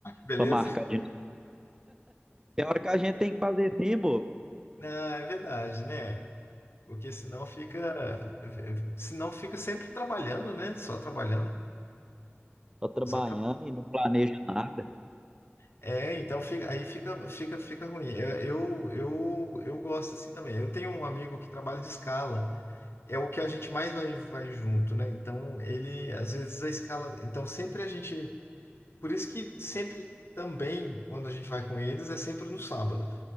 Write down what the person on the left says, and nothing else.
beleza?
<laughs>
Não, é verdade, né? Porque senão fica, eh, senão fica sempre trabalhando, né? Só trabalhando.
Só tra-
É, então fica- aí fica, fica, fica ruim. Eu, eu, eu, eu gosto assim também. Eu tenho um amigo que trabalha de escala. é o que a gente mais vai, vai junto, né? Então, ele, às vezes, a escala. Então, sempre a gente. Por isso que sempre também, quando a gente vai com eles, é sempre no sábado,